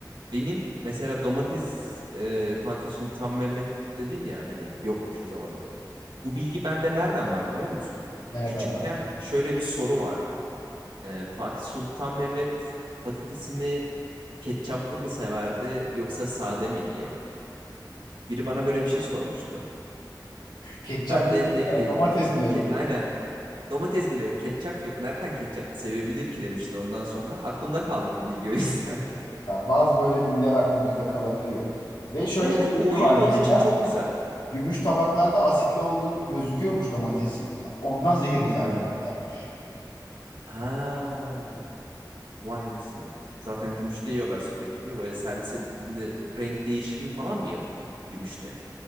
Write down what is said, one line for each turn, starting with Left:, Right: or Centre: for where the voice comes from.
Right: Benim mesela domates e, Fatih Sultan Mehmet dedin ya hani yokmuş o zaman diye. Bu bilgi bende nereden var biliyor musun?
Left: Nereden
Right: Küçükken
Left: var?
Right: şöyle bir soru vardı. Ee, Fatih Sultan Mehmet patatesini ketçaplı mı severdi yoksa sade mi diye. Biri bana böyle bir şey sormuştu.
Left: Ketçap
Right: Ben
Left: yok.
Right: de ne
Left: Yani
Right: bileyim
Left: domates bile yok.
Right: ke- aynen domates bile yok ketçap yok nereden ketçaplı sevebilir ki demişti ondan sonra. Aklımda kaldı bu bilgi o yüzden. <laughs>
Left: Evet abi. Bazı böyle bilgiler aklımızda kalabiliyor. Ve şöyle
Right: Evet
Left: bir
Right: evet
Left: bilgi
Right: bu oyun
Left: var mesela.
Right: da onun için çok güzel.
Left: Gümüş tabaklarda asitli olduğu gözüküyormuş domatesin. Ondan zehirli zannediyorlarmış.
Right: Hı hı. Ha, vay anasını. Zaten gümüşte yiyorlar sürekli. Böyle servis edildiğinde o renk değişimi falan mı yapıyor gümüşte?